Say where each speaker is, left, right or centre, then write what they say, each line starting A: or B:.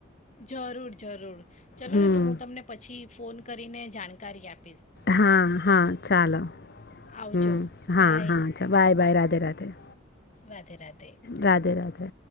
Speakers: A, on the left; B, on the left.
A: જરૂર જરૂર ચલો
B: હમ
A: ને તો હું તમને પછી ફોન કરીને જાણકારી આપી
B: હા હા ચાલો,
A: આવજો
B: હમ હા
A: બાય
B: હા બાય. <unintelligible>
A: રાધે રાધે.
B: રાધે રાધે.